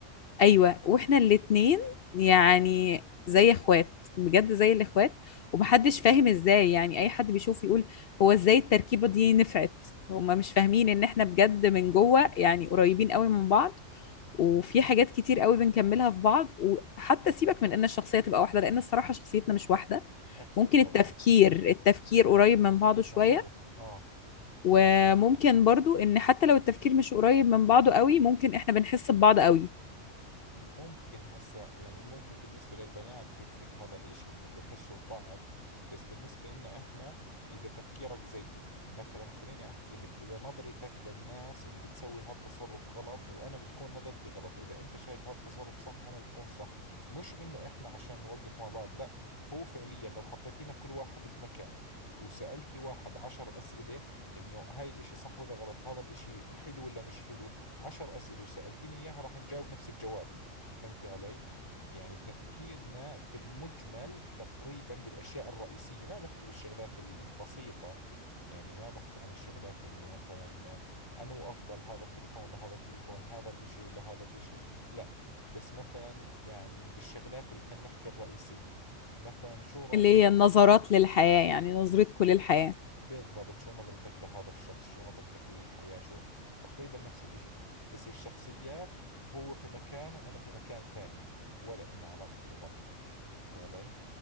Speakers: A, on the left; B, on the left.
A: ايوه واحنا الاتنين يعني زي اخوات بجد زي الاخوات ومحدش فاهم ازاي يعني اي حد بيشوف يقول هو ازاي التركيبه دي نفعت هما مش فاهمين ان احنا بجد من جوه يعني قريبين قوي من بعض وفي حاجات كتير قوي بنكملها في بعض وحتى سيبك من ان الشخصيه تبقى واحده لان الصراحه شخصيتنا مش واحده
B: اكيد
A: ممكن
B: طبعا
A: التفكير التفكير قريب من بعضه شويه
B: ما هو اه
A: وممكن
B: صح
A: برضو ان حتى لو التفكير مش قريب من بعضه قوي ممكن احنا بنحس ببعض قوي
B: ممكن هسا يعني ممكن بالنسبة للبنات بيفرق هذا الاشي انه بحسوا ببعض بس بالنسبة لنا احنا اذا تفكيرك زيي مثلا خليني احكي لك اذا نظرتك للناس اللي بتسوي هالتصرف غلط وانا بتكون نظرتي غلط اذا انت شايف هالتصرف صح انا بتكون صح مش انه احنا عشان نوقف مع بعض لا هو فعليا لو حطيتينا كل واحد في مكان وسألتي واحد عشر أسئلة إنه هاي الإشي صح ولا غلط هذا الإشي حلو ولا مش حلو عشر أسئلة وسألتيني إياها راح نجاوب نفس الجواب فهمتي علي؟ يعني تفكيرنا في المجمل تقريبا بالأشياء الرئيسية ما بحكي بالشغلات البسيطة يعني ما بحكي عن الشغلات اللي مثلا أنو أفضل هذا التليفون لهذا التليفون هذا الإشي ولا هذا الإشي لا بس مثلا يعني بالشغلات اللي خلينا نحكي الرئيسية مثلا شو رأيك
A: اللي هي النظرات للحياة يعني نظرتكم للحياة
B: بالضبط شو نظرتك لهذا الشخص شو نظرتك للحياة شو تقريبا نفس الإشي بس الشخصيات هو في مكان وأنا في مكان ثاني ولا إن علاقة في بعض فهمت علي؟